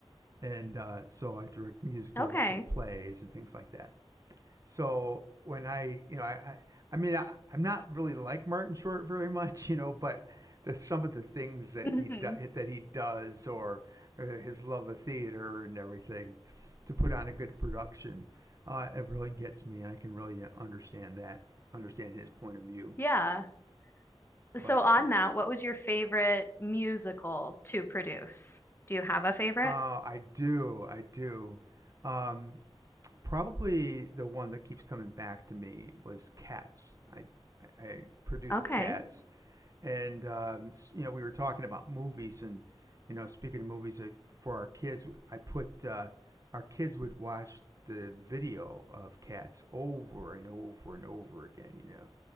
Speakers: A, on the right (about 35°); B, on the left (about 20°).
A: And uh, so I direct musicals
B: Okay.
A: and plays and things like that. So when I, you know, I, I, I mean, I, I'm not really like Martin Short very much, you know, but the, some of the things that
B: hmm
A: he do, that he does, or, or his love of theater and everything, to put on a good production, uh, it really gets me, and I can really understand that, understand his point of view.
B: Yeah. So,
A: But
B: on
A: uh,
B: that, what was your favorite musical to produce? Do you have a favorite?
A: I do, I do. Um, Probably the one that keeps coming back to me was Cats. I I- produced
B: Okay.
A: Cats, and um, you know we were talking about movies, and you know speaking of movies uh, for our kids, I put uh, our kids would watch the video of Cats over and over and over again, you know,